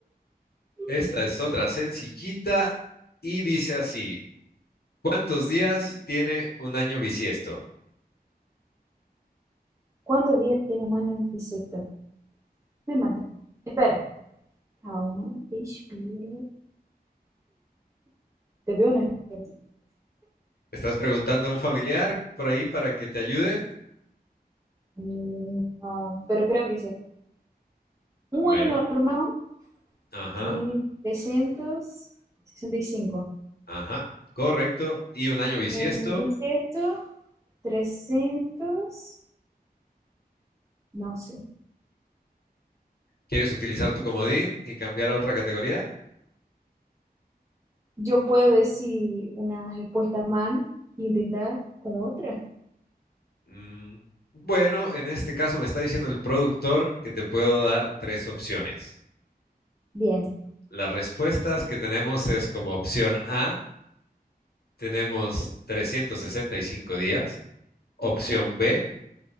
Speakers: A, on the right; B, on the left.
A: <laughs>
B: esta es otra sencillita y dice así. ¿Cuántos días tiene un año bisiesto?
A: ¿Cuántos días tiene un año bisiesto? Me mata. Espera. Calma, respira. Te veo una cosa.
B: ¿Estás preguntando a un familiar por ahí para que te ayude?
A: Mm, No, pero creo que sí. Un
B: Bueno,
A: año normal
B: ajá,
A: tiene trescientos sesenta y cinco
B: ajá, correcto. ¿Y un año bisiesto?
A: Un bisiesto, trescientos no sé.
B: ¿Quieres utilizar tu comodín y cambiar a otra categoría?
A: Yo puedo decir una respuesta mal e intentar con otra.
B: Mm, bueno, en este caso me está diciendo el productor que te puedo dar tres opciones.
A: Bien,
B: Las respuestas que tenemos es como opción A, tenemos 365 días, opción B,